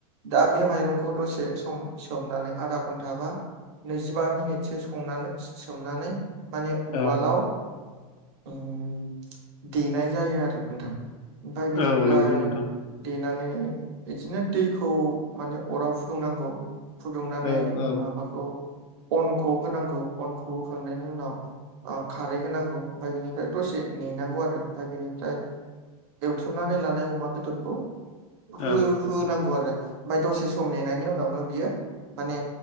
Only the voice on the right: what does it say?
दा बे माइरंखौ दसे सम सोमनानै आधा घन्टा बा नैजिबा मिनिटसो संनानै सोमनानै माने
उवालाव उम देनाय जायो आरो नोंथां ओमफ्राय बेनिफ्राय
देनानै बिदिनो दैखौ माने अराव फुदुंनांगौ फुदुंनानै
माबाखौ अनखौ होनांगौ अनखौ होखांनायनि उनाव ओ खारै होनांगौ ओमफ्राय बेनिफ्राय दसे नेनांगौ आरो ओमफ्राय बेनिफ्राय एवथ्रुमनानै लानाय अमा बेदरखौ हो
होनांगौ आरो ओमफ्राय दसे सम नेनायनि उनावनो बियो माने